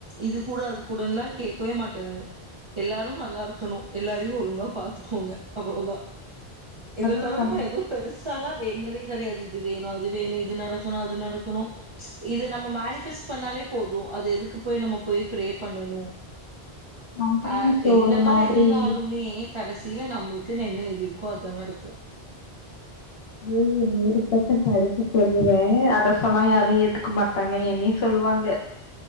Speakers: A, on the right (about 50°); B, on the left (about 75°).
A: இது குடு அது குடுன்லாம் கேககவே மாட்டே நானு எல்லாரு நல்லா இருக்கணு எல்லாரையு ஒழுங்கா பாத்துக்கோங்க அவ்ளோதா இத
B: அதான்
A: தவிர
B: சம்
A: நா எது பெரு ருசால்லா வேண்டுனதே கெடையாது இது வேணு அது வேணு இது நடக்கணு அது நடக்கணு இது நம்ம மேனிஃபெஸ்ட் பண்ணாலே போது அது எதுக்கு போய் நம்ம போய் ப்ரே பண்ணணு
B: சம்டைம்ஸ்
A: அஹ் என்னதா
B: ஒரு மாதிரி
A: இருந்தாலுமே கடைசி ல்ல நம்லு த்தில என்ன எழுதிருக்கோ அதா நடக்கு
B: அது நூறு பர்சன்ட் அடிச்சு சொல்லுவே அத சொன்னா யாரு ஏத்துக்க மாட்டாங்க என்னைய சொல்லுவாங்க